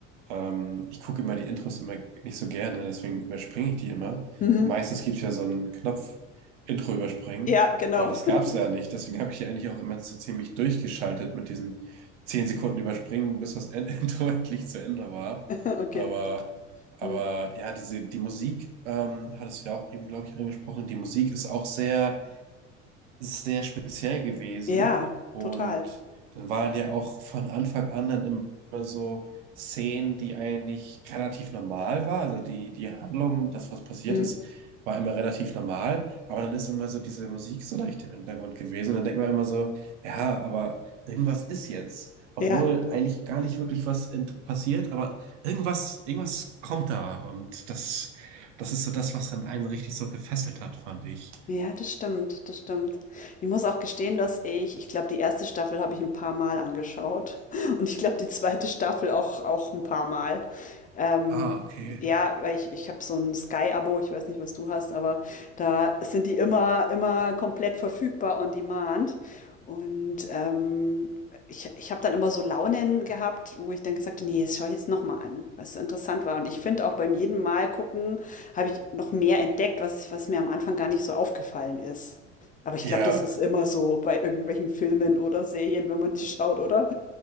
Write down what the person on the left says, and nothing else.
Mhm.
Ja, genau.
<laughs>
Okay.
Mhm.
Ja,
total.
Mhm.
Ja.
Ja, das stimmt, das stimmt. Ich muss auch gestehen, dass ich, ich glaube, die erste Staffel habe ich ein paar Mal angeschaut <laughs> und ich glaube, die zweite Staffel auch, auch ein paar Mal. Ähm,
ja, weil ich, ich habe so ein Sky-Abo, ich weiß nicht, was du hast, aber da sind die immer, immer komplett verfügbar on demand. Und ähm, ich, ich habe dann immer so Launen gehabt, wo ich dann gesagt habe, nee, das schaue ich jetzt nochmal an, was interessant war. Und ich finde auch beim jeden Mal gucken, habe ich noch mehr entdeckt, was was mir am Anfang gar nicht so aufgefallen ist. Aber ich
glaube, das ist immer so bei irgendwelchen Filmen oder Serien, wenn man die schaut, oder?